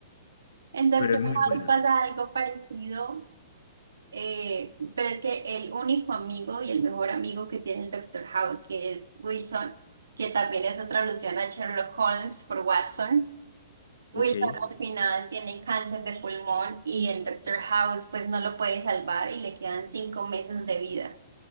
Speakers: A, on the right; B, on the left.
A: En Doctor
B: Pero es muy
A: House
B: buena,
A: pasa algo parecido, eh, pero es que el único amigo y el mejor amigo que tiene el Doctor House, que es Wilson, que también es otra alusión a Sherlock Holmes por Watson. Wilson
B: ¿ok?
A: al final tiene cáncer de pulmón y el Doctor House pues no lo puede salvar y le quedan cinco meses de vida.